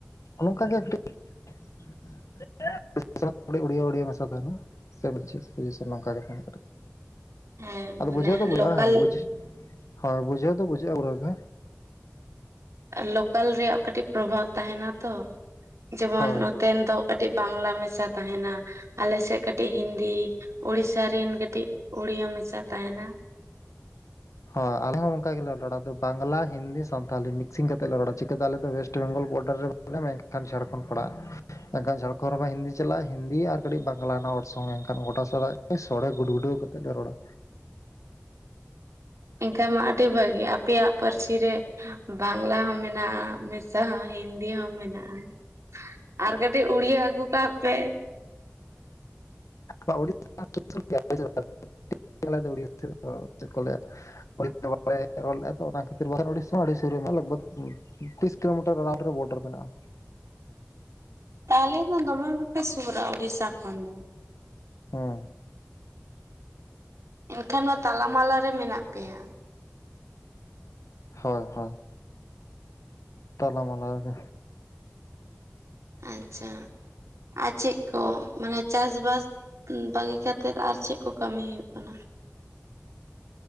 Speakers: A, on the left; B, on the right.
A: ᱦᱚᱸᱜ-ᱚ ᱱᱚᱝᱠᱟ ᱜᱮ ᱠᱟᱹᱴᱤᱡ <unintelligible> ᱪᱷᱟᱲᱟ ᱩᱲᱭᱟᱹ ᱩᱲᱭᱟᱹ ᱢᱮᱥᱟ ᱛᱟᱸᱦᱮᱱᱟ ᱥᱮ ᱮᱠᱡᱟᱥᱴ ᱡᱮᱥᱮ ᱱᱚᱝᱠᱟ ᱜᱮ ᱛᱟᱸᱦᱮᱱᱟ ᱠᱟᱹᱴᱤᱡ᱾
B: ᱦᱮᱸ
A: ᱟᱫᱚ
B: ᱢᱟᱱᱮ
A: ᱵᱩᱡᱷᱟᱹᱣ ᱫᱚ ᱵᱩᱡᱷᱟᱜ-ᱟ,
B: ᱞᱳᱠᱟᱞ
A: ᱦᱚᱸ ᱵᱩᱡᱽ ᱦᱚᱸ ᱵᱩᱡᱷᱟᱹᱣ ᱫᱚ ᱵᱩᱡᱷᱟᱹᱜ-ᱟ ᱵᱚᱨᱜᱟ᱾
B: ᱮ ᱞᱳᱠᱟᱞ ᱨᱮᱭᱟᱜ ᱠᱟᱹᱴᱤᱡ ᱯᱨᱚᱵᱷᱟᱵᱽ ᱛᱟᱸᱦᱮᱱᱟ ᱛᱚ ᱡᱮᱢᱚᱱ
A: ᱦᱳᱭ
B: ᱱᱚᱛ ᱛᱮᱱ ᱫᱚ ᱠᱟᱹᱴᱤᱡ ᱵᱟᱝᱞᱟ ᱢᱮᱥᱟ ᱛᱟᱸᱦᱮᱱᱟ᱾ ᱟᱞᱮ ᱥᱮᱫ ᱠᱟᱹᱴᱤᱡ ᱦᱤᱱᱫᱤ, ᱩᱲᱤᱥᱥᱟ ᱨᱮᱱ ᱠᱟᱹᱴᱤᱡ ᱩᱲᱤᱭᱟ. ᱢᱮᱥᱟ ᱛᱟᱸᱦᱮᱱᱟ᱾
A: ᱦᱳᱭ ᱟᱞᱮ ᱦᱚᱸ ᱚᱝᱠᱟ ᱜᱮᱞᱮ ᱨᱚᱲᱟ, ᱟᱫᱚ ᱵᱟᱝᱞᱟ ᱦᱤᱱᱫᱤ ᱥᱟᱱᱛᱷᱟᱞᱤ ᱢᱤᱠᱥᱤᱝ ᱠᱟᱛᱮᱫ ᱞᱮ ᱨᱚᱲᱟ᱾ ᱪᱤᱠᱟᱹᱛᱮ ᱟᱞᱮ ᱫᱚ ᱚᱭᱮᱥᱴ ᱵᱮᱝᱜᱚᱞ ᱵᱚᱰᱟᱨ ᱨᱮ <unintelligible> ᱮ ᱢᱮᱱᱠᱷᱟᱱ ᱡᱷᱟᱲᱠᱷᱚᱸᱰ ᱯᱟᱲᱟᱜ-ᱟ᱾ ᱮᱱᱠᱷᱟᱱ ᱡᱷᱟᱲᱠᱷᱚᱸᱰ ᱨᱮᱢᱟ ᱦᱤᱱᱫᱤ ᱪᱟᱞᱟᱜ-ᱟ ᱦᱤᱱᱫᱤ ᱟᱨ ᱠᱟᱹᱴᱤᱡ ᱵᱟᱝᱞᱟ ᱱᱚ ᱚᱨᱥᱚᱝ ᱮᱱᱠᱷᱟᱱ ᱜᱚᱴᱟ ᱥᱟᱞᱟᱜ ᱥᱚᱲᱮ ᱜᱩᱰ-ᱜᱩᱰᱟᱹᱣ ᱠᱟᱛᱮᱫ ᱞᱮ ᱨᱚᱲᱟ᱾
B: ᱮᱝᱠᱷᱟᱡ ᱢᱟ ᱟᱹᱰᱤ ᱵᱷᱟᱹᱜᱤ, ᱟᱯᱮᱭᱟᱜ ᱯᱟᱹᱨᱥᱤ ᱨᱮ ᱵᱟᱝᱞᱟ ᱦᱚᱸ ᱢᱮᱱᱟᱜ-ᱟ ᱢᱮᱥᱟ ᱦᱚᱸ ᱦᱤᱱᱫᱤ ᱫᱤ ᱦᱚᱸ ᱢᱮᱱᱟᱜ-ᱟ ᱟᱨ ᱠᱟᱹᱴᱤᱡ ᱩᱲᱤᱭᱟᱹ ᱟᱹᱜᱩ ᱠᱟᱜ ᱯᱮ᱾
A: ᱟᱫᱚ ᱩᱲᱤᱥᱥᱟ ᱦᱚᱸ ᱥᱩᱨ ᱥᱩᱨ ᱵᱟᱨᱭᱟ ᱟᱯᱮ ᱥᱮᱫ ᱫᱚ? ᱟᱞᱮ ᱫᱚ ᱩᱲᱤᱥᱥᱟ ᱫᱚ ᱪᱮᱫ ᱠᱚ ᱞᱟᱹᱭᱟ᱾ <unintelligible> ᱵᱟᱭ ᱨᱚᱲ ᱞᱮᱜ-ᱟ ᱛᱚ ᱚᱱᱟ ᱠᱷᱟᱹᱛᱤᱨ, ᱵᱟᱝᱠᱷᱟᱱ ᱩᱲᱤᱥᱥᱟ ᱦᱚᱸ ᱟᱰᱤ ᱥᱩᱨ ᱨᱮ ᱢᱟ ᱞᱟᱜᱽᱵᱷᱟᱜᱽ ᱛᱤᱥ ᱠᱤᱞᱳᱢᱤᱴᱟᱨ ᱮᱨᱟᱣᱱᱴ ᱨᱮ ᱵᱚᱰᱟᱨ ᱢᱮᱱᱟᱜ-ᱟ᱾
B: ᱛᱟᱦᱞᱮ ᱫᱚ ᱫᱚᱢᱮ ᱜᱮᱯᱮ ᱥᱩᱨᱟ ᱩᱲᱤᱥᱥᱟ ᱠᱷᱚᱱ ᱫᱚ᱾
A: ᱦᱩᱸ
B: ᱮᱱᱠᱷᱟᱱ ᱢᱟ ᱛᱟᱞᱟᱢᱟᱞᱟ ᱨᱮ ᱢᱮᱱᱟᱜ ᱯᱮᱭᱟ᱾
A: ᱦᱳᱭ ᱦᱳᱭ᱾ ᱛᱟᱞᱟᱢᱟᱞᱟ ᱨᱮᱜᱮ᱾
B: ᱟᱪᱪᱷᱟ, ᱟᱨ ᱪᱮᱫ ᱠᱚ ᱢᱟᱱᱮ ᱪᱟᱥ ᱵᱟᱥ ᱵᱟᱹᱜᱤ ᱠᱟᱛᱮᱫ ᱟᱨ ᱪᱮᱫ ᱠᱚ ᱠᱟᱹᱢᱤ ᱦᱩᱭᱩᱜ ᱠᱟᱱᱟ?